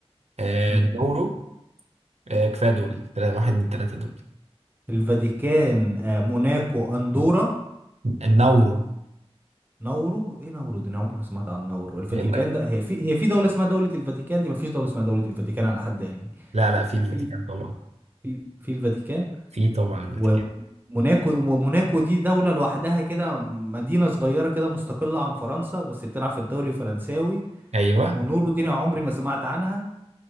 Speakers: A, on the right (about 80°); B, on the right (about 20°).
A: آه،
B: مم.
A: نورو آه، كفايه دول تلا- واحد من الثلاثه دول
B: الفاتيكان آه موناكو أندورا
A: النورو
B: نورو إيه نورو دي أنا عمري ما سمعت عن نورو الفاتيكان
A: هيبقى
B: ده هي في هي في دولة اسمها دولة الفاتيكان دي ما فيش دولة اسمها دولة الفاتيكان على حد علمي
A: لا لا في الفاتيكان
B: في
A: طبعا
B: في في الفاتيكان
A: في طبعا الفاتيكان
B: وموناكو وموناكو دي دولة لوحدها كده مدينة صغيرة كده مستقلة عن فرنسا بس بتلعب في الدوري الفرنساوي
A: ايوه
B: ونورو دي أنا عمري ما سمعت عنها